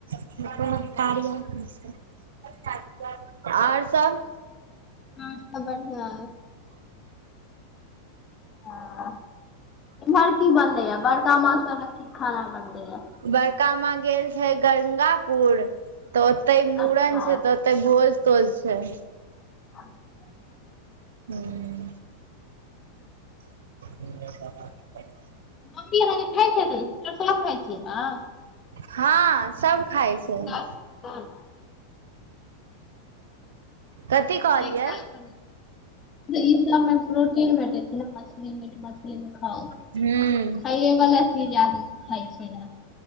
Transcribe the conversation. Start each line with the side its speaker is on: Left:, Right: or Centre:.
Right: <unintelligible> आओर सभ?
Left: और सब बढ़िआ ह एम्हर की बनले य बड़का माँ सब ल की खाना बनले य
Right: बड़का माँ गेल छै गंगापुर तऽ ओते मूड़न
Left: अच्छा
Right: छै तऽ तऽ भोज तोज छै।
Left: <unintelligible>
Right: <unintelligible> <unintelligible>
Left: मम्मी अहाँ कऽ खाइ छर सब खाइ छियै ने।
Right: हँ सब खाय छै।
Left: सास
Right: <inaudible>
Left: सभ
Right: कथी कहलियै?
Left: नहि खाइ छथिन ई सबमे प्रोटीन भेटैत छै न मछली मीट मछली खाउ।
Right: <unintelligible>
Left: खाइए वला चीज आदमी खाइ छै न